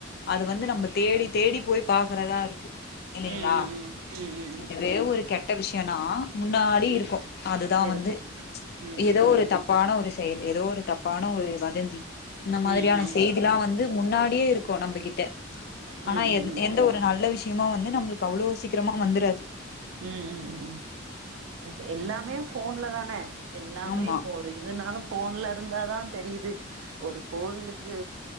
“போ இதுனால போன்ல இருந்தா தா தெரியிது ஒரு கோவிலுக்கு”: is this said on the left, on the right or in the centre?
Right